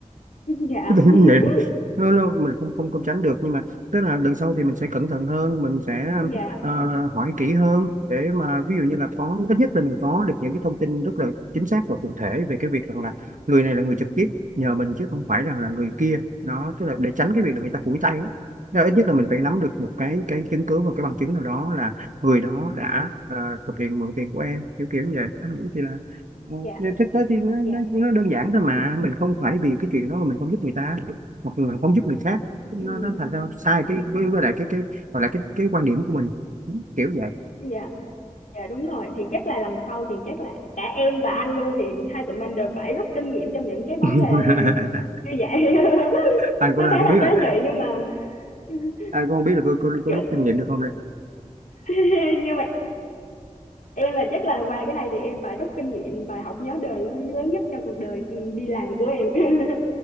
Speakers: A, on the left; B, on the right.
A: <laughs>
B: <laughs>
A: dạ
B: Tự
A: <laughs>
B: nhiên vậy là- nó, nó mình không không không tránh được nhưng mà tức là lần sau thì mình sẽ cẩn thận hơn mình sẽ
A: dạ
B: ờ, hỏi kỹ hơn để mà ví dụ như là có ít nhất là mình có được những cái thông tin rất là chính xác và cụ thể về cái việc rằng là người này là người trực tiếp nhờ mình chứ không phải rằng là người kia nó tức là để tránh cái việc là người ta phủi tay ấy. Tức là ít nhất là mình phải nắm được một cái cái chứng cứ và cái bằng chứng nào đó là người đó đã ờ, thực hiện mượn tiền của em kiểu kiểu như vậy anh nghĩ chị Ừ,
A: dạ
B: nhưng thực tế thì nó,
A: dạ
B: nó, nó đơn giản thôi mà mình không phải vì cái chuyện đó mà mình không giúp người ta hoặc là không giúp người khác nó,
A: ừ
B: nó thành ra sai cái
A: ừ,
B: với, với lại cái cái gọi là cái cái quan điểm của mình Ừ, kiểu vậy
A: dạ dạ đúng rồi thì chắc là lần sau thì chắc là cả em và anh luôn thì hai tụi mình đều phải rút kinh nghiệm trong những cái vấn
B: <laughs>
A: đề như vậy <laughs>
B: anh cũng
A: nó
B: đang
A: khá
B: không
A: là
B: biết
A: tế
B: là
A: nhị nhưng mà <laughs>
B: anh cũng không biết là có, có, có
A: kiểu-
B: rút kinh nghiệm được không đây
A: <laughs> nhưng mà em là chắc là qua cái này thì em phải rút kinh nghiệm bài học nhớ đời lớn, lớn nhất trong cuộc đời đi làm của em <laughs>